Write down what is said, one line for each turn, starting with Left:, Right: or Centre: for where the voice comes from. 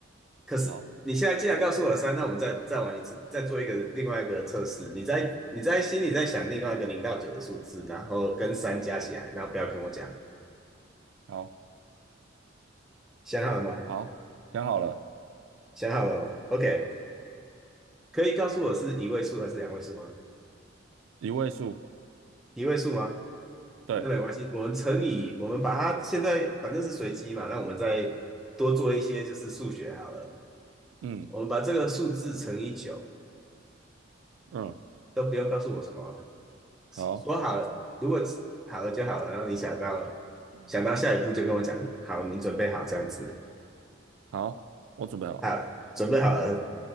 Centre: 可是你现在既然告诉我三，
Right: 哦
Centre: 那我们再再玩一次，再做一个另外一个测试。你在你在心里在想另外一个零到九的数字，然后跟三加起来，然后不要跟我讲，
Right: 好，好，
Centre: 想好了吗？
Right: 好，想好了，
Centre: 想好了 o k 可以告诉我是一位数还是两位数吗？
Right: 一位数，
Centre: 一位数吗？
Right: 对，
Centre: 那没关系，我们乘以，我们把它现在反正是随机嘛，那我们再多做一些就是数学好了。
Right: 嗯
Centre: 我们把这个数字乘以九，
Right: 嗯，
Centre: 都不用告诉我什么啊
Right: 好，
Centre: 说好了，如果好了就好了。然后你想到了，
Right: 嗯
Centre: 想到下一步就跟我讲，好，你准备好这样子，
Right: 好，我准备好，
Centre: 好，准备好了，